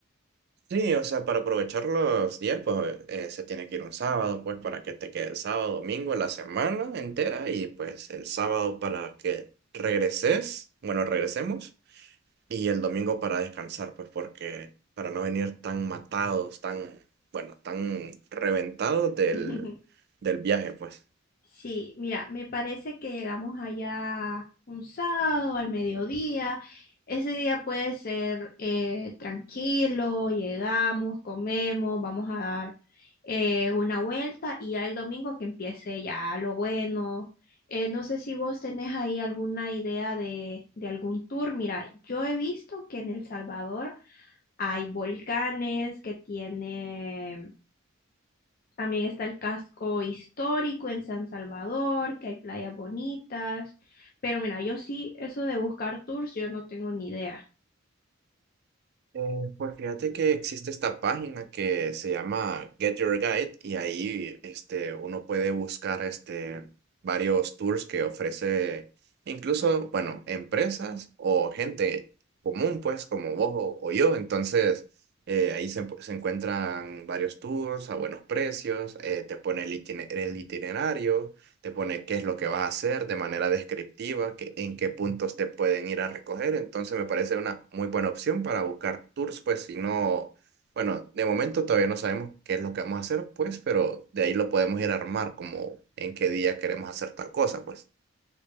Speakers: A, on the right; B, on the left.
A: Sí, o sea, para aprovechar los días, pues eh, se tiene que ir un sábado, pues para que te quede el sábado, domingo, la semana entera y pues el sábado para que regreses, bueno, regresemos Y el domingo para descansar, pues porque para no venir tan matados, tan, bueno, tan reventados del,
B: <laughs>
A: del viaje, pues.
B: Sí, mira, me parece que llegamos allá un sábado al mediodía. Ese día puede ser eh, tranquilo, llegamos, comemos, vamos a dar eh, una vuelta y ya el domingo que empiece ya lo bueno. Eh, no sé si vos tenés ahí alguna idea de, de algún tour. Mira, yo he visto que en El Salvador hay volcanes que tienen también está el casco histórico en San Salvador, que hay playas bonitas. Pero mira, yo sí, eso de buscar tours, yo no tengo ni idea.
A: Eh, pues fíjate que existe esta página que se llama Get Your Guide y ahí este, uno puede buscar este, varios tours que ofrece incluso, bueno, empresas o gente común, pues como vos o, o yo. Entonces eh, ahí se, se encuentran varios tours a buenos precios, eh, te pone el itine- el itinerario te pone qué es lo que vas a hacer de manera descriptiva, qué- en qué puntos te pueden ir a recoger. Entonces me parece una muy buena opción para buscar tours, pues si no, bueno, de momento todavía no sabemos qué es lo que vamos a hacer, pues, pero de ahí lo podemos ir a armar como en qué día queremos hacer tal cosa, pues.